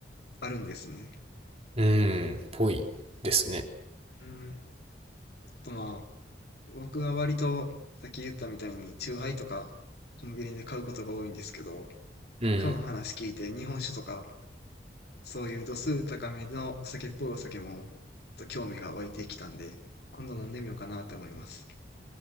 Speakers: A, on the left; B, on the right.
A: あるんですね。
B: うん。ぽいですね。
A: うん。あとまあ、僕は割と、さっき言ったみたいに、チューハイとか、コンビニで買うことが多いんですけど、
B: うん。
A: 今日の話聞いて、日本酒とか、そういう度数高めのお酒っぽいお酒も、ちょっと興味が湧いてきたんで、今度飲んでみようかなって思います。